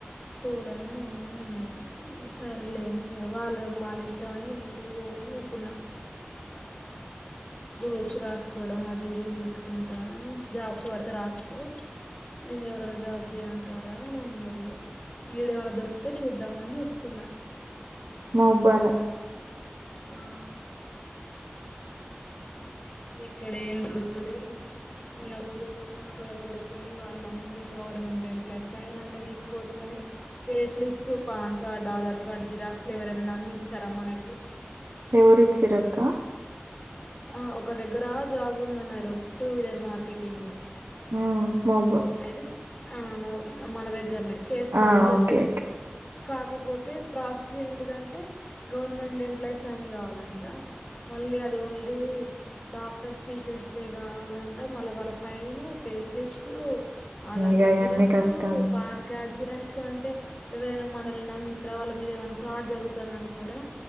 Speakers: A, on the left; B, on the right.
A: తోలను అని అన్నది సరలే అని ఇగ వాళ్ళేం వాళ్ళ ఇష్టం అని నేను గూడా పోన్ అనుకున్నా గ్రూప్స్ రాసుకోవడం అది అది ఇది చేసుకుంటా అని జాబ్స్ పడితే రాసుకో నిన్ను ఎవరన్నా జాబ్ చేయంటారా అని అన్నరిగ ఈడేమైనా దొరికితే చూద్దామని చూస్తున్నా
B: మ పన్
A: ఆ ఇక్కడేం దొరకలేదు. మొన్న పోయచ్చిన ఒక దగ్గరకి కాని వాళ్ళన్నీ గవర్నమెంట్ ఎంప్లాయిస్ సైన్ అంటే తీసుకోవచ్చు కాని pay slip pan card Aadhaar card జిరాక్స్లు ఎవరైనా నమ్మి ఇస్తారా మనకి
B: ఎవరిచ్చిరక్క
A: ఆ ఒక దగ్గర జాబ్ ఉందన్నారు టూ వీలర్ మార్కెటింగ్
B: ఆ మబ్
A: అయితే ఆ మౌ మన దగ్గరనే చేస్తా
B: ఆ
A: అని చెప్పిన
B: ఓకే ఓకే
A: కాకపోతే ప్రాసెస్ ఏంటిదంటే గవర్నమెంట్ ఎంప్లాయి సైన్ కావాలంట మళ్ళ లే అది ఓన్లీ డాక్టర్స్ టీచర్స్ దే కావాలంట మళ్ళ వాళ్ళ సైను పే స్లిప్స్ ఆధార్
B: ఇగ
A: కార్డు
B: అయన్నీ
A: జిరాక్సు
B: కష్టమే
A: పాన్ కార్డ్ జిరాక్సు అంటే ఎవరైనా మనల్ని నమ్మి ఇత్తర వాళ్ళ మీద ఏమైనా ఫ్రాడ్ జరుగుతుంది అనుకోరా